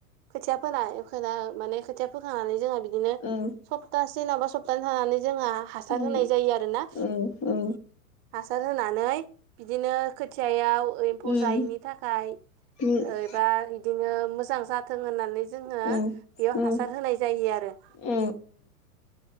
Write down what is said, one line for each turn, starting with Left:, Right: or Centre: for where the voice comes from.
Right: खोथिया फोना खोना माने खोथिया फोखांनानै जोंहा बिदिनो
Left: औ
Right: सप्तासे नाबा सप्ताहसे थानानै जोंहा हासार
Left: उम
Right: होनाय जायो आरोना
Left: औ औ
Right: हासार होनानै बिदिनो खोथियायाव एम्फौ
Left: उम
Right: जायैनि थाखायबा
Left: औ
Right: बिदिनो मोजां जाथों होननानै जोङो
Left: औ
Right: बेयाव
Left: औ
Right: हासार होनाय जायो आरो
Left: औ